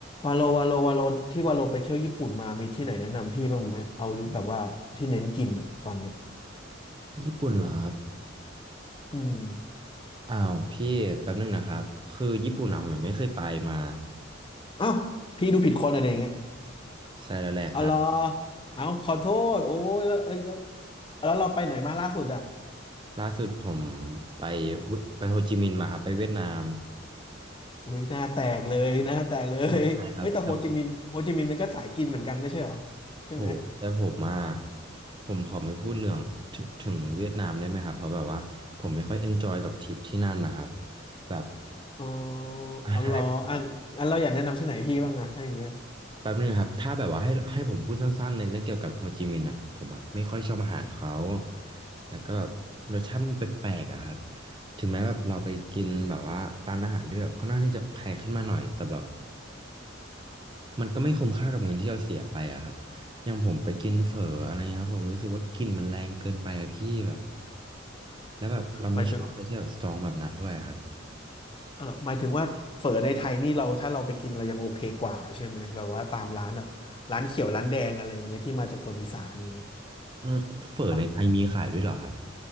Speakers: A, on the left; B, on the right.
A: วาโลวาโลวาโลที่วาโลไปเที่ยวญี่ปุ่นมามีที่ไหนแนะนำพี่บ้างไหมเอายุคแบบว่าที่เน้นกินอะตอนเนี้ย
B: ญี่ปุ่นเหรอครับ
A: อืม
B: อ้าวพี่แป๊บนึงนะครับคือญี่ปุ่นอะผมยังไม่เคยไปมา
A: อ้าวพี่ดูผิดคนอะไรอย่างเงี้ย
B: ใช่แล้วแหละครับ
A: อ๋อเหรอเอาขอโทษโอ้ยแล้วเอ้ยแล้วแล้วเราไปไหนมาล่าสุดอะ
B: ล่าสุดผมไปเวไปโฮจิมินห์มาครับไปเวียดนาม
A: อุ้ยหน้าแตกเลยหน้าแตกเลยเอ้ยแต่โฮจิมินห์โฮจิมินห์มันก็สายกินเหมือนกันไม่ใช่เหรอ
B: ไม่เป็นไรครับแต่
A: ใช่ไหม
B: โหแต่ผมอ่ะผมขอไม่พูดเรื่องถงถึงเวียดนามได้ไหมครับเพราะแบบว่าผมไม่ค่อยเอนจอยกับทริปที่นั่นนะครับแบบ
A: อ๋อ
B: อ่ะถ้าให้พูด
A: เอาเหรออ่ะงั้นเราอยากแนะนำที่ไหนพี่บ้างอะถ้าอย่างเงี้ย
B: แป๊บนึงครับถ้าแบบว่าให้ให้ผมพูดสั้นๆในเรื่องเกี่ยวกับโฮจิมินห์อ่ะผมอ่ะไม่ค่อยชอบอาหารเขาแล้วก็แบบรสชาติมันแปลกๆอ่ะครับถึงแม้แบบเราไปกินแบบว่าร้านอาหารที่แบบค่อนข้างที่จะแพงขึ้นมาหน่อยแต่แบบมันก็ไม่คุ้มค่ากับเงินที่เราเสียไปอ่ะครับอย่างผมไปกินเฝออะไรเงี้ยครับผมรู้สึกว่ากลิ่นมันแรงเกินไปอ่ะพี่แบบแล้วแบบเราไม่ชอบอะไรที่แบบสตรองแบบนั้นด้วยอะครับ
A: ไปถึง เออหมายถึงว่าเฝอในไทยนี่เราถ้าเราไปกินเรายังโอเคกว่าใช่ไหมแบบว่าตามร้านแบบร้านเขียวร้านแดงอะไรอย่างเงี้ยที่มาจากโซนอีสานอย่างเงี้ย
B: อืมเฝอในไทยมีขายด้วยเหรอครับ
A: ปะ